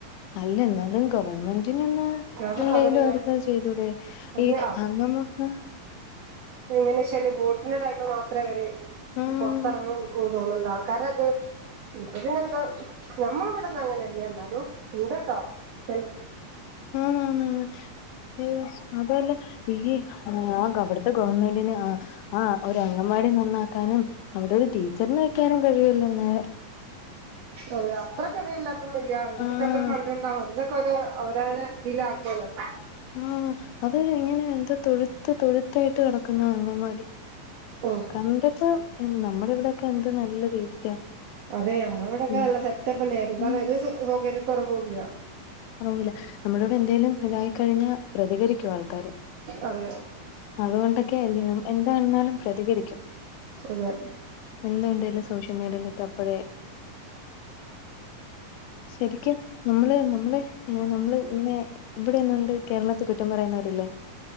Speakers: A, on the left; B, on the right.
A: അല്ല എന്നാലും ഗവൺമെന്റിന് ഇന്ന്
B: കാരണം
A: എന്തേലും
B: അതന്നെ
A: അർക്കത് ചെയ്തുടെ
B: അവര്
A: ഈ അനൊന്നും
B: <unintelligible> ന്നാ ടൈം മാത്രേ അവര്
A: ആഹ്
B: പുറത്തിറങ്ങും തോന്നുന്നുണ്ട് ആൾക്കാരത് പിന്നെന്താ നമ്മളവിടെന്ന് അങ്ങനെയില്ല എന്നാലും ഉണ്ട് ട്ടോ ച
A: ആന്നാന്ന് ഏ മാത്രല്ല ഈ ആ അവിടുത്തെ ഗവൺമെന്റിന് ആഹ് ആഹ് ഒരു അങ്ങൻവാടി നന്നാക്കാനും അവിടെ ഒരു ടീച്ചറിന് വെക്കാനും കഴിവൂല്ലന്ന്
B: അതെ അത്ര ഗതിയില്ലാതെ ഒന്നുല്ലിയ അവർക്കൊക്കെ
A: ആഹ്
B: അത്ര ഫണ്ട് ഉണ്ടാവും അതിനൊക്കെ ഒരോ അവരോരെ ഇില ആ <unintelligible>
A: ആ അത് ഇങ്ങനെ എന്താ തൊഴുത്ത് തൊഴുത്തായിട്ട് കട അങ്ങവാതി
B: ഉം
A: കണ്ടപ്പോഇനി നമ്മുടെ ഇവിടെകെ എന്തു നല്ല രീതിക്കാ
B: അതെ നമ്മളെ ഇവിടൊക്കെ
A: ഉം
B: നല്ല സെറ്റപ്പല്ലേ എന്താണ്
A: ഉം
B: ഒരു സൗകര്യക്കുറവുല്ല
A: കുറവില്ല നമ്മുടെവിടെ എന്തേലും ഇതായി കഴിഞ്ഞാ പ്രതികരിക്കും ആൾക്കാര്
B: അതെ.
A: അതുകൊണ്ടൊക്കെ എന്താണാലും പ്രതികരിക്കും
B: അതെ
A: എന്ത് ഉണ്ടേലും സോഷ്യൽ മീഡിയയിലിട്ട് അപ്പഴേ ശരിക്കും നമ്മള് നമ്മള് നമ്മള് ഇങ്ങനെ ഇവിടെന്നണ്ട് കേരളത്തെ കുറ്റം പറയുന്നവരില്ലേ